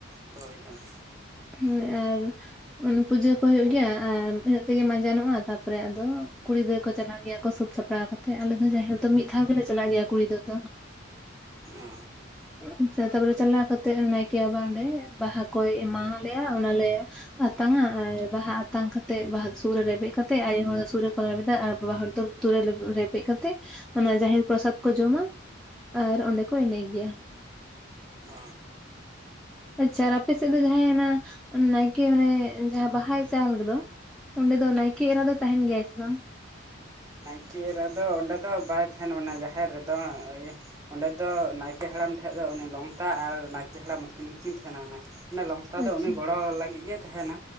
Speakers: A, on the right; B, in the centre.
A: ᱦᱳᱭ ᱦᱳᱭ᱾
B: ᱦᱳᱭ ᱟᱨ ᱯᱩᱡᱟᱹ ᱠᱚ ᱦᱩᱭᱳᱜ ᱜᱮᱭᱟ ᱟᱨ ᱤᱱᱟᱹᱜ ᱛᱮᱜᱮ ᱢᱟᱸᱡᱟᱱᱚᱜ-ᱟ ᱛᱟᱯᱚᱨᱮ ᱟᱫᱚ ᱠᱩᱲᱤ ᱜᱤᱫᱽᱨᱟᱹ ᱠᱚ ᱪᱟᱞᱟᱜ ᱜᱮᱭᱟ ᱠᱚ ᱥᱟᱹᱛ ᱥᱟᱯᱷᱟᱲᱟᱣ ᱠᱟᱛᱮ, ᱟᱞᱮ ᱫᱚ ᱡᱟᱦᱮᱨ ᱫᱚ ᱢᱤᱫ ᱫᱷᱟᱣ ᱜᱮᱞᱮ ᱪᱟᱞᱟᱜ ᱜᱮᱭᱟ ᱠᱩᱲᱤ ᱜᱤᱫᱽᱨᱟᱹ ᱫᱚ᱾
A: ᱚ
B: ᱟᱪᱪᱷᱟ, ᱛᱟᱯᱚᱨᱮ ᱪᱟᱞᱟᱣ ᱠᱟᱛᱮᱜ ᱱᱟᱭᱠᱮ ᱵᱟᱵᱟ ᱚᱸᱰᱮ ᱵᱟᱦᱟ ᱠᱚᱭ ᱮᱢᱟᱣ ᱞᱮᱣᱟ ᱚᱱᱟᱞᱮ ᱟᱛᱟᱝᱟ ᱟᱨ ᱵᱟᱦᱟ ᱟᱛᱟᱝ ᱠᱟᱛᱮᱫ ᱵᱟᱦᱟ ᱥᱩᱨ ᱨᱮᱵᱮᱫ ᱠᱟᱛᱮᱫ ᱟᱭᱳ ᱦᱚᱲ ᱫᱚ ᱥᱩᱫᱽ ᱨᱮᱠᱚ ᱞᱮᱵᱮᱫᱟ ᱟᱨ ᱵᱟᱵᱟ ᱦᱚᱲ ᱫᱚ ᱞᱩᱛᱩᱨ ᱨᱮ ᱨᱮᱯᱮᱫ ᱠᱟᱛᱮᱫ ᱚᱱᱟ ᱡᱟᱦᱮᱨ ᱯᱨᱚᱥᱟᱫ ᱠᱚ ᱡᱚᱢᱟ᱾ ᱟᱨ ᱚᱸᱰᱮ ᱠᱚ ᱮᱱᱮᱡ ᱜᱮᱭᱟ᱾
A: ᱚᱻ
B: ᱟᱪᱪᱷᱟ ᱟᱨ ᱟᱯᱮ ᱥᱮᱫ ᱫᱚ ᱡᱟᱦᱟᱸᱭ ᱚᱱᱟ ᱱᱟᱭᱠᱮ ᱢᱟᱱᱮ ᱡᱟᱦᱟᱸ ᱵᱟᱦᱟᱭ ᱪᱟᱞ ᱠᱮᱫᱟ ᱚᱸᱰᱮ ᱫᱚ ᱱᱟᱭᱠᱮ ᱮᱨᱟ ᱫᱚ ᱛᱟᱦᱮᱱ ᱜᱮᱭᱭᱟ ᱥᱮ ᱵᱟᱝ?
A: ᱱᱟᱭᱠᱮ ᱮᱨᱟ ᱫᱚ ᱚᱸᱰᱮ ᱫᱚ ᱵᱟᱭ ᱛᱟᱦᱮᱱᱟ ᱢᱟᱱᱮ ᱡᱟᱦᱮᱨ ᱨᱮᱫᱚ ᱤᱭᱟᱹ ᱚᱸᱰᱮ ᱫᱚ ᱱᱟᱭᱠᱮ ᱦᱟᱲᱟᱢ ᱴᱷᱮᱡ ᱫᱚ ᱩᱱᱤ ᱞᱚᱝᱛᱟ ᱟᱨ ᱱᱟᱭᱠᱮ ᱦᱟᱲᱟᱢ ᱩᱱᱠᱤᱱ ᱜᱮᱠᱤᱱ ᱛᱟᱦᱮᱸᱱᱱᱟ᱾ ᱞᱚᱝᱛᱟ ᱫᱚ
B: ᱟᱪᱪᱷᱟ
A: ᱩᱱᱤ ᱜᱚᱲᱚ ᱞᱟᱹᱜᱤᱫ ᱜᱮᱭ ᱛᱟᱦᱮᱱᱟ᱾